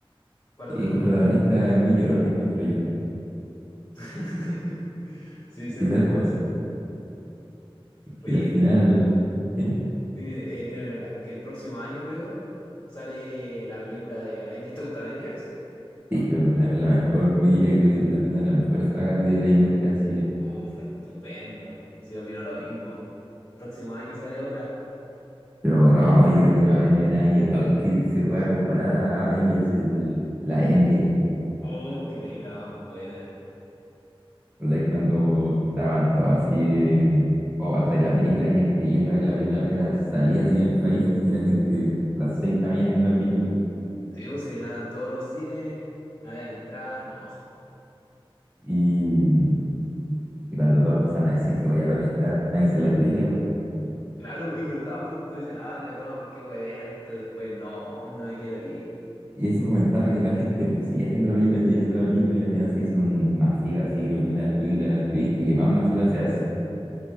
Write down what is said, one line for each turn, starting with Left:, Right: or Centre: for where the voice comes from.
Left: Cuarta
Right: Y
Left: temporada.
Right: es que el protagonista es muy llorón, encuentro yo.
Left: <laughs> Sí, sí,
Right: Sí,
Left: es verdad
Right: tal cual.
Left: eso.
Right: Porque
Left: Oye,
Right: al final, sí,
Left: Mire, eh, mira, mira, mira, que el próximo año creo sale la película de Avengers. ¿Te gusta Avengers?
Right: sí, me- la, la mejor, yo diría que la- una de las mejores sagas de la industria del cine.
Left: Uf, estupendo. Sí, opino lo mismo. Próximo año sale otra.
Right: Pero no, yo creo que no va a haber ni una y- a- que se pueda comparar a Avengers, el, la Endgame.
Left: Uf, qué película más buena.
Right: ¿Recordáis cuando estaban todos así, eh, o sea, en la película, la gente yendo a ver la película apenas salía así en el país, así la gente a las 6 de la mañana viendo la película?
Left: Sí, pues se llenaban todos los cines, no habían entradas, no.
Right: Y, mm, y cuando todos empezaron a decir que moría Tony Stark, nadie se la creía. po.
Left: Claro, pues, es verdad, pues. Tú decías, ah, de broma, ¿por qué huevean esto? Y después, no, no me quiero ir.
Right: Y eso fomentaba que la gente siguiera viendo la película, siguiera viendo la película, y al final se hizo un masivo así, creo que una de las películas que he visto que más masiva se hace.